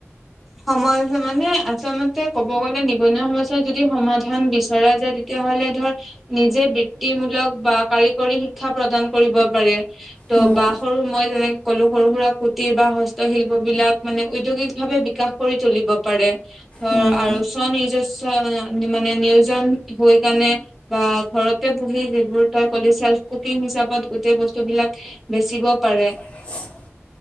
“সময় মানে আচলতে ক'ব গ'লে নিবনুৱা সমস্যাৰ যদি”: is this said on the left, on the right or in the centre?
Centre